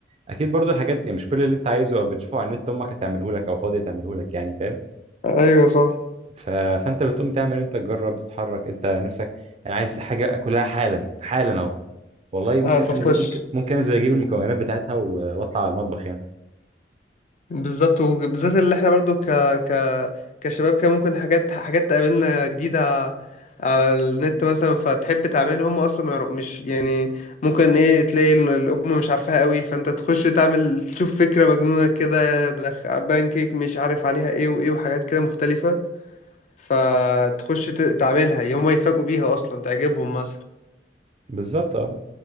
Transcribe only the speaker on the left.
ايوه صح
اه فتخش
بالظبط وبالذات اللي احنا برضو ك ك كشباب كان ممكن حاجات حاجات تقابلنا جديدة على النت مثلا فتحب تعملها هم اصلا ما يعرف- مش يعني ممكن ايه تلاقي ال- الام مش عارفاها قوي فانت تخش تعمل تشوف فكرة مجنونة كده دخ- بانكيك مش عارف عليها ايه وايه وحاجات كده مختلفة فتخش ت- تعملها هم يتفاجئوا بيها اصلا تعجبهم مثلا